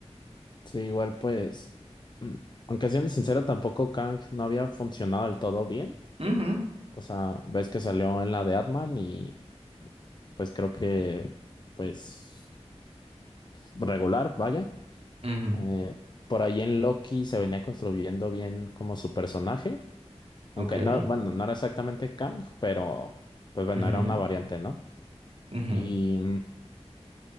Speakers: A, on the left (about 40°); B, on the right (about 60°).
A: Sí, igual pues, mm, aunque siendo sincero, tampoco Kang no había funcionado del todo bien.
B: Ujú,
A: O sea, ves que salió en la de Atman y pues creo que pues regular, vaya.
B: ujú,
A: Eh, por ahí en Loki se venía construyendo bien como su personaje, aunque
B: ok.
A: no, bueno, no era exactamente Kang, pero pues bueno,
B: Ujú,
A: era una variante, ¿no?
B: ujú.
A: Y mm,